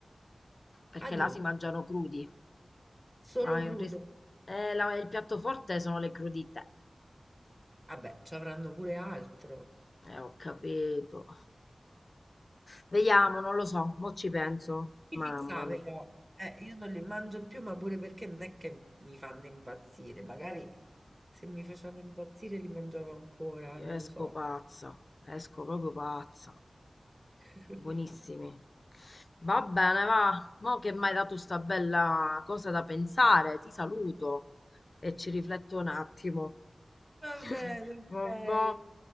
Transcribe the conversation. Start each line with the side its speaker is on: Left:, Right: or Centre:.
Left: perché
Right: Adò,
Left: là si mangiano crudi.
Right: solo
Left: Ah,
Right: crudo.
Left: il ris- eh, la- il piatto forte sono le crudite.
Right: Vabbè, ci avranno pure altro.
Left: Eh, ho capito. Vediamo, non lo so, mo ci penso. Mamma
Right: Mi fissa,
Left: mia,
Right: però, eh, io non li mangio più, ma pure perché non è che mi fanno impazzire. Magari se mi facevano impazzire li mangiavo ancora,
Left: io
Right: non lo
Left: esco
Right: so.
Left: pazza, esco proprio pazza.
Right: <laughs>
Left: Buonissimi. Va bene, va. Mo che mi hai dato sta bella cosa da pensare, ti saluto e ci rifletto un attimo.
Right: Va
Left: <laughs>
Right: bene, ok.
Left: Vabbè.